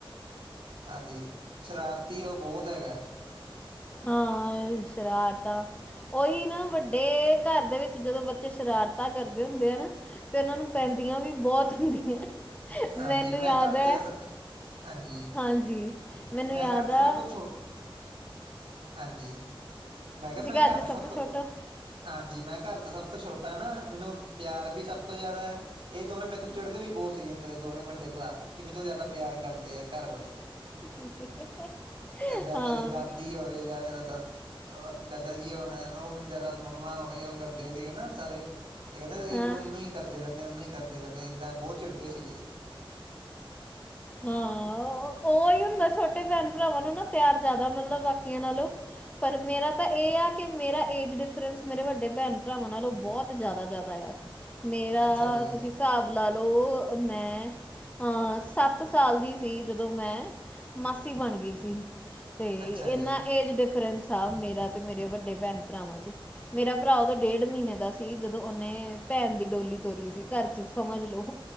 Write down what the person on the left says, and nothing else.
ਹੂੰ, ਏ ਸ਼ਰਾਰਤਾਂ ਉਹੀ ਨਾ ਵੱਡੇ ਘਰ ਦੇ ਵਿੱਚ, ਜਦੋਂ ਬੱਚੇ ਸ਼ਰਾਰਤਾਂ ਕਰਦੇ ਹੁੰਦੇ ਆ ਨਾ। ਅਤੇ ਉਹਨਾਂ, ਨੂੰ ਪੈਂਦੀਆਂ ਵੀ ਬਹੁਤ ਹੁੰਦੀਆਂ।
ਮੈਨੂੰ
ਯਾਦ
ਹੈ।
ਹਾਂਜੀ, ਮੈਨੂੰ
ਯਾਦ
ਐ
ਤੁਸੀਂ
ਘਰ
ਚ ਸਭ
ਛੋਟੋ
<inaudible>
ਹਾਂ
ਹਾਂ
ਹਾਂ, <unintelligible> ਓਈ ਹੁੰਦਾਂ ਛੋਟੇ ਭੈਣ-ਭਰਾਵਾਂ ਨੂੰ ਨਾ, ਪੇਆਰ ਜਾਦਾ ਮਿਲਦਾ ਬਾਕੀਆਂ ਨਾਲੋਂ। ਪਰ ਮੇਰਾ ਤਾਂ ਏ ਆ, ਕਿ ਮੇਰਾ ਏਜ ਡਿਫਰੈਂਸ ਮੇਰੇ ਵੱਡੇ ਭੈਣ-ਭਰਾਵਾਂ ਨਾਲੋਂ ਬੋਤ ਜਾਦਾ-ਜਾਦਾ, ਯਾ। ਮੇਰਾ,
ਤੁਸੀ ਸ੍ਹਾਬ ਲਾ ਲੋ ਮੈਂ ਹਾਂ ਸਾੱਤ ਸਾਲ ਦੀ ਸੀ, ਜਦੋਂ ਮੈਂ ਮਾਸੀ ਬਣ ਗਈ ਸੀ। ਤੇ
ਏਨਾ
ਏਜ ਡਿਫਰੈਂਸ ਆ, ਮੇਰਾ ਤੇ ਮੇਰੇ ਵੱਡੇ ਭੈਣ ਭਰਾਵਾਂ ਚ। ਮੇਰਾ ਭਰਾ, ਓਦੋਂ ਡੇੜ ਮ੍ਹਿਨੇ ਦਾ ਸੀ, ਜਦੋਂ ਓਨੇ ਭੈਣ ਦੀ ਡੋਲੀ ਤੋਰੀ ਸੀ ਘਾਰ ਚ ਸਮਝ ਲੋ।